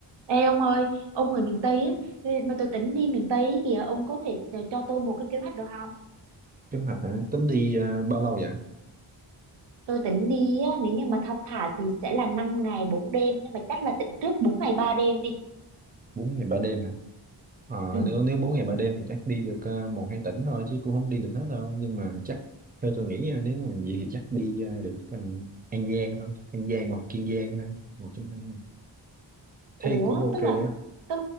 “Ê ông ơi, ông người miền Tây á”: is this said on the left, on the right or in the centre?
Right